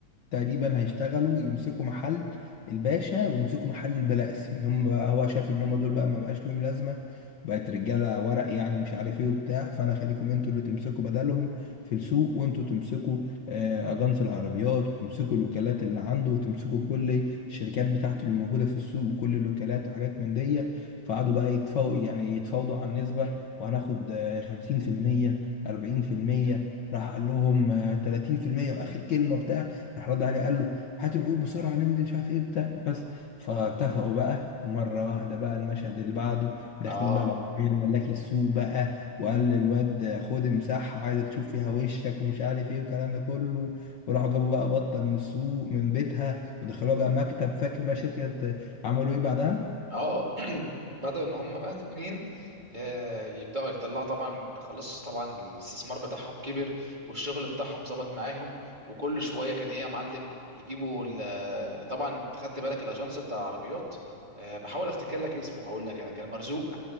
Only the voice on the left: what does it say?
تقريبا هيشتغلوا يمسكوا محل الباشا ويمسكوا محل البلاسي ان هم بقى هو شايف ان هم دول بقى ما بقاش ليهم لازمه بقت رجاله ورق يعني ومش عارف ايه وبتاع فانا خليكم انتوا اللي تمسكوا بدلهم في السوق وانتوا تمسكوا آه، اجانس العربيات وتمسكوا الوكالات اللي عنده وتمسكوا كل الشركات بتاعته اللي موجوده في السوق وكل الوكالات وحاجات من دي فقعدوا بقى يتفاوضوا يعني يتفاوضوا على النسبه وهناخد آه، 50% 40% راح قال لهم آه، 30% واخر كلمه بتاع راح رد عليه قال له هات العود بسرعه ننزل مش عارف ايه وبتاع بس فاتفقوا بقى مره واحده بقى المشهد اللي بعده داخلين
بقى بعربيه الملاكي السوق بقى وقال للواد خد مساحه عايزك تشوف فيها وشك ومش عارف ايه والكلام ده كله وراحوا جابوا بقى بطه من السوق من بيتها ودخلوها بقى مكتب فاكر بقى شركه عملوا ايه بعدها؟